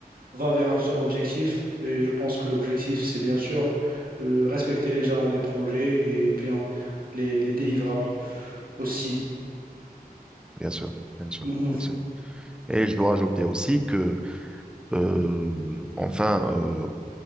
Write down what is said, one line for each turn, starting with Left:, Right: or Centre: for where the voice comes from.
Right: va vers un seul objectif. Et je pense que l'objectif, c'est bien sûr euh, respecter les jalons des projets et bien les, les délivrables aussi.
Centre: Bien sûr, bien sûr,
Right: Mhm.
Centre: bien sûr. Et je dois ajouter aussi que, euh, enfin, euh,